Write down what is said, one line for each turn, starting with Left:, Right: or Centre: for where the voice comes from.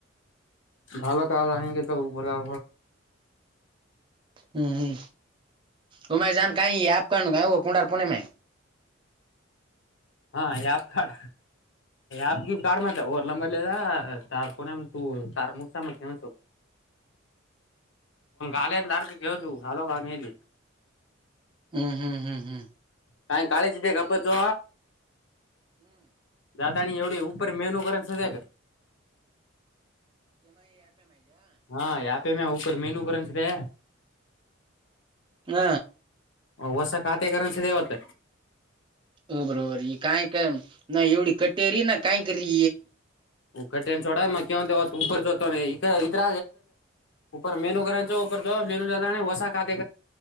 Left: ಭಾ ತ ಹಿಗೆ ತ ರ ಆ
Right: ಹ್ಮ್ ಹ್ಮ್ ಹಮ್ಮ ಜಾನಕಿ ಕನುಗ ಕುಂಡಾರ ಪುಣೆಮ
Left: ಹಾ ಯಪ್ ಕಡ ಆಕ ಕಾರ್ ಓರ್ ಲಂಂಬರ್ ಲದಾ ತಕ ತು ತ ಮುಸ ಕ ಹ್ಮ ಾಲ ಲಡಕೆ ೆನ್ಾಲೋ ನೀಲಿ
Right: ಹ್ಮ್ ಹ್ಮ ಹ್ ಹ್ಮ್
Left: ಕ ಕಾಳೇಜ್ ಇದ್ದ ಹಬ್ಬ್ದು ದಾತಾಣಿ ರ ಮೆನುೋಕ ಸದಗ ಹಾ ಯಾತನ ಹ ಮೇನುೂ ಗಂಸಿದೆ
Right: ಹ್ಮ
Left: ಹ ಹೊಸ ಕಾತೆಕರಣಸ ದವತ್ತ
Right: ಹ ಬರಬರ ಈ ಕಾಯಕ ನ ಎವಿ ಕಟೇರಿ ನ ಕಾಯಕರಿ
Left: ಉಕ್ಕಟ್ಟೆನ್ ಚೋಡ ಮಕ್ಕ್ಯ ಒಂದವತ್ತು ಉಪರ್ ಜೊತೆತವ ಈ ಇದ್ರ ಪ ಮೇನು ಕಾಣ ಚ ಪ ಜ ಮೇನು ಜ ವಸ ಕಾತೆೆ